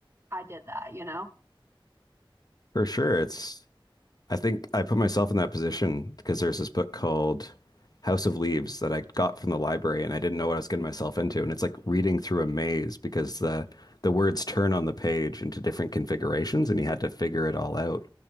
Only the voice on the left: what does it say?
for sure. It's, I think I put myself in that position because there's this book called House of Leaves that I got from the library and I didn't know what I was getting myself into. And it's like reading through a maze because the the words turn on the page into different configurations and you had to figure it all out.